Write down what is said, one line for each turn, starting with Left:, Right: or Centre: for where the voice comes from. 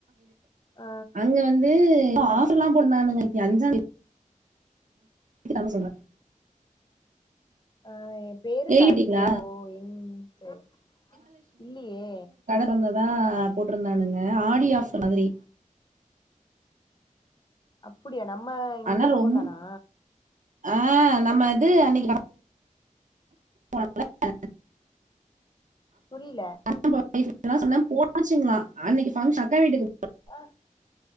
Left: ஆ
Right: அங்க வந்து எதோ ஆப்பர்ல்லா போட்டுருந்தானுங்க <inaudible>
Left: ஆ ஏ பேரு
Right: கேள்விட்டீங்களா
Left: கா ஓ எங் செரி இல்லியே
Right: பந்ததா போட்டுருந்தானுங்க ஆடி ஆஃபர் மாதிரி
Left: அப்பிடியா நம்ம இந்த
Right: ஆனா
Left: பக்கோ
Right: ரொம்ப
Left: தானா
Right: ஆ நம்ம இது அன்னைக்கி <inaudible>
Left: புரில
Right: <unintelligible> சொன்ன போட்டாச்சுங்ளா அன்னைக்கு ஃபங்க்ஷன் அக்கா வீட்டுக்கு போ
Left: அ